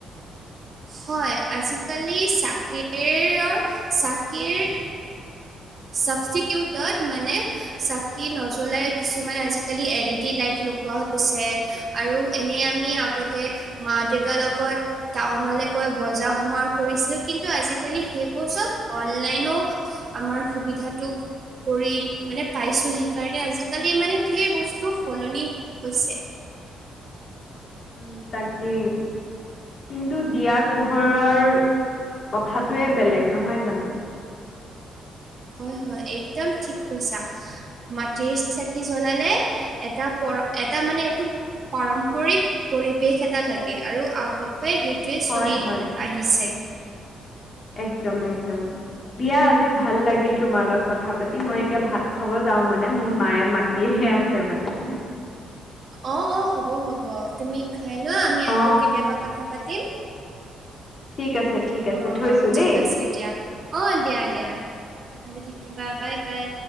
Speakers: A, on the right; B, on the left.
A: হয়, আজিকালি চাকিৰৰ চাকিৰ চাবষ্টিটিওটত মানে চাকি নজ্বলাই কিছুমান আজিকালি এল ই ডি লাইট লগোৱা হৈছে। আৰু এনে আমি আগতে মা দেউতাৰ লগত টাউনলৈ গৈ বজাৰ সমাৰ কৰিছিলো কিন্তু আজিকালি সেইবোৰ চব অনলাইনো আমাৰ সুবিধাটোক কৰি মানে পাইছোঁ, সেইকাৰণে আজিকালি মানে ধেৰ বস্তু সলনি হৈছে।
B: উ, তাকিই। কিন্তু দিয়াৰ পোহৰৰ কথাটোয়ে বেলেগ নহয় জানো?
A: হয় হয়, একদম ঠিক কৈছা। মাটিৰ চাকি জ্বলালে এটা পৰ এটা মানে এইটো পাৰম্পৰিক পৰিৱেশ এটা লাগে আৰু আগৰপাই সেইটোৱে চলি
B: হয় হয়
A: আহিছে।
B: একদম একদম। দিয়া আজি ভাল লাগিল তোমাৰ লগত কথা পাতি, মই এতিয়া ভাত খাব যাও মানে মোৰ মায়ে মা তিহে আছে মানে।
A: অ', অ' হ'ব হ'ব। তুমি খাই লোৱা, আমি আকৌ
B: অ
A: কেতিয়াবা কথা পাতিম।
B: ঠিক আছে ঠিক আছে,
A: অ',
B: থৈছোঁ
A: ঠিক
B: দেই।
A: আছে দিয়া অ' দিয়া দিয়া, ভালে থাকিবা বাই বাই।